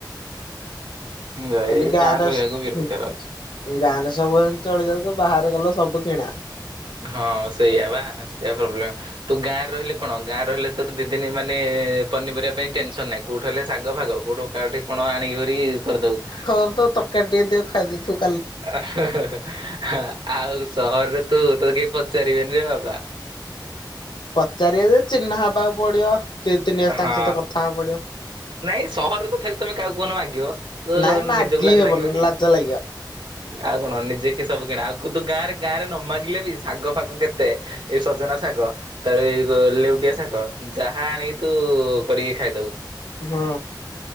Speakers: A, on the right; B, on the left.
A: ଏଇ
B: କହଲିି ଗାଁରେ
A: ରହିବାକୁ ବିରକ୍ତ ଲାଗୁଛି।
B: ଗାଁରେ ସବୁ ଏମ ଚଳିଯାଉଚ ବାହାରେ ଗଲେ ସବୁ କିଣା।
A: ହଁ ସେଇଆ ବା ସେଇଆ ପ୍ରୋବ୍ଲେମ୍। ତୁ ଗାଁ ରହିଲେ କଣ ଗାଁ ରହିଲେ ତୋତେ ଦିଦିନ ମାନେ ପନିପରିବା ପାଇଁ ଟେନସନ ନାହିଁ। କୋଉଠୁ ହେଲେ ଶାଗ ଫାଗ କୋଉଠୁ କାହାଠି କଣ ଆଣିକିରି କରିଦବୁ।
B: <inaudible> କାଟିକି ଟିକେ ଖାଇଦେଇଥିବୁ।
A: ଆଉ ସହରରେ ତୁ ତୋ କେହି ପଚାରିବେନିରେ ବାବା।
B: ପଚାରିବେ ଯେ ଚିହ୍ନା ହେବାକୁ ପଡିବ ଦି ତିନି ଆସ
A: ହଁ
B: ତାଙ୍କ ସହିତ କଥା ହବାକୁ ପଡିବ।
A: ନାଇଁ ସହରରେ ତ ତମେ କାହାକୁ କହୁନ ମାଗିବ ତ
B: ନାଇଁ ମାଗି
A: ନିଜକୁ ଲାଜ
B: ହବନି
A: ଲାଗିବନି।
B: ଲାଜ ଲାଗିବ
A: ଆଉ କଣ ନିଜେ କି ସବୁ କିଣା ଆଉ କିନ୍ତୁ ଗାଁରେ ଗାଁରେ ନ ମାଗିଲେ ବି ଶାଗ ଫାଗ କେତେ? ଏ ସଜନା ଶାଗ। ତାପରେ ଲେଉଟିଆ ଶାଗ ଯାହା ଆଣିକି ତୁ କରିକି ଖାଇଦବୁ।
B: ହୁଁ।